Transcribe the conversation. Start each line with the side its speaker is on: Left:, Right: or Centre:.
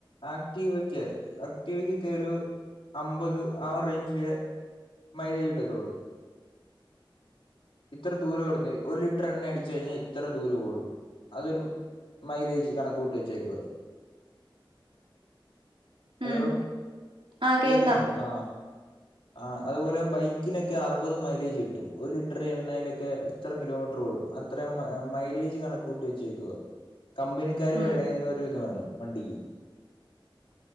Left: ആക്ടീവക്ക് ആക്ടീവക്കൊക്കെ ഒരു അമ്പത് ആ ഒരു റേഞ്ചിലെ മൈലേജ് കിട്ടത്തള്ളു ഇത്ര ദൂരം ഓടുന്ന ഒരു ലിറ്റർ എണ്ണ അടിച്ചു കഴിഞ്ഞാ ഇത്ര ദൂരം ഓടും അതൊരു മൈലേജ് കണക്കൂട്ടി വച്ചേക്കുവ ഹലോ
Right: ഉം ആ കേക്കാം
Left: കേക്കുന്നുണ്ടോ ആഹ് ആഹ് അതുപോലെ ബൈക്കിനൊക്കെ അറുപത് മൈലേജ് കിട്ടും ഒരു ലിറ്റർ എണ്ണയിലൊക്കെ ഇത്ര കിലോമീറ്റർ ഓടും അത്ര മ മൈലേജ് കണക്ക് കൂട്ടി വെച്ചേക്കുവാ കമ്പനിക്കാര്
Right: ഉം
Left: പറയുന്ന ഒരു ഇതു വേണം വണ്ടിക്ക്